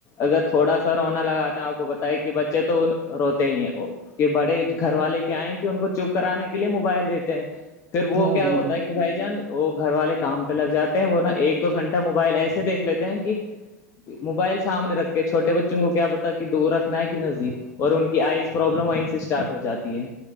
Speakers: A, on the left; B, on the right.
A: اگر تھوڑا سا رونا لگاے ہیں آپ کو بتائی کہ بچے تو روتے ہی ہیں کہ بڑے گھر والے کیا آئے کہ ان کو چپ کرانے کے لیے موبائل دیتے ہیں پھر وہ
B: ہاں
A: کیا
B: بھائی
A: ہوتا
B: جان
A: ہے کہ بھائی جان وہ گھر والے کام پہ لگ جاتے ہیں وہ نا ایک دو گھنٹہ موبائل ایسے دھ لیتے ہیں کہ موبائل سامنے رکھے چھوٹے بچوں کو کیا پتا کہ دور رکھنا ہے کہ نزدیک اور ان کی آئز پروابلم وہیں سے اسٹارٹ ہو جاتی ہے